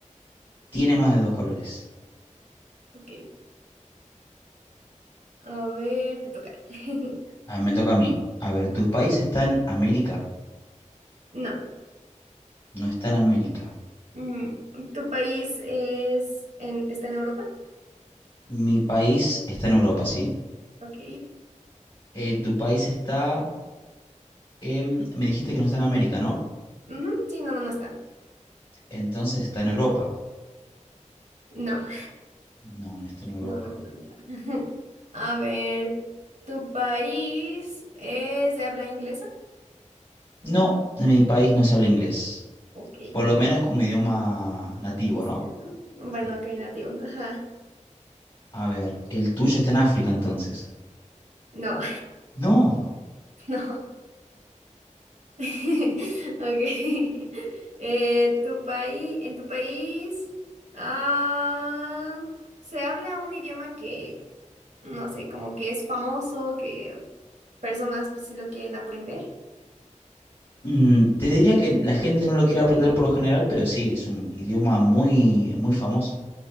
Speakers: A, on the left; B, on the right.
A: Tiene más de dos colores.
B: Ok, a ver, te toca. <laughs>
A: A ver, me toca a mí. A ver, ¿tu país está en América?
B: No.
A: No está en América.
B: Mm, ¿tu país es en, está en Europa?
A: Mi país está en Europa, ¿sí?
B: Ok.
A: Eh, ¿tu país está en... Me dijiste que no está en América, ¿no?
B: Ujú, Sí, no, no, no está.
A: Entonces está en Europa.
B: No.
A: No, no está en Europa.
B: No, no conozco. <laughs> A ver, ¿tu país es de habla inglesa?
A: No, en mi país no se habla inglés,
B: Ok,
A: por lo menos como idioma nativo,
B: oficial,
A: ¿no?
B: ¿no? Bueno,
A: Sí,
B: ok,
A: sí.
B: nativo, ajá.
A: A ver, el tuyo está en África entonces.
B: No,
A: No,
B: <laughs> no. <laughs> Ok. Eh, ¿tu país, en tu país, ah, se habla un idioma que, no sé, como que es famoso, que personas pues sí lo quieren aprender?
A: mm, te diría que la gente no lo quiere aprender por lo general, pero sí, es un idioma muy, muy famoso.